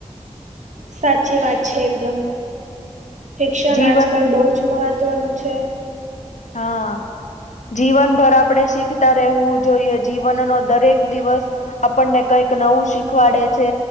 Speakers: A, on the right; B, on the left.
A: સાચી વાત છે એકદમ, ફિક્શન
B: જીવન
A: આજકાલ બહુ જ મહત્વનું છે.
B: હા. જીવનભર આપણે શીખતા રહેવું જોઈએ, જીવનનો દરેક દિવસ આપણને કઈક નવું શીખવાડે છે.